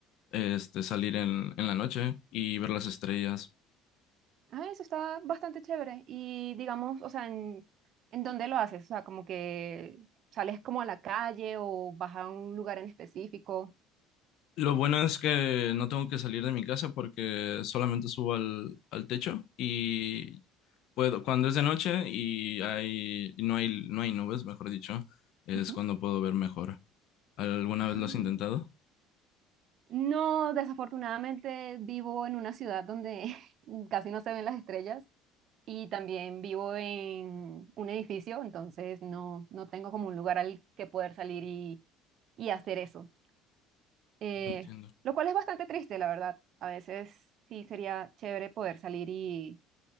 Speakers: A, on the left; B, on the right.
A: este, salir en, en la noche y ver las estrellas.
B: Ah, eso está bastante chévere. Y digamos, o sea, ¿en, en dónde lo haces? O sea, como que sales como a la calle o vas a un lugar en específico.
A: Lo bueno es que no tengo que salir de mi casa porque solamente subo al, al techo y puedo, cuando es de noche y hay, y no hay, no hay nubes, mejor dicho, es
B: Ujú.
A: cuando puedo ver mejor. ¿Alguna
B: Ah.
A: vez lo has intentado?
B: No, desafortunadamente vivo en una ciudad donde <laughs> casi no se ven las estrellas y también vivo en un edificio, entonces no, no tengo como un lugar al que poder salir y, y hacer eso. Eh,
A: No entiendo.
B: lo cual es bastante triste, la verdad. A veces sí sería chévere poder salir y,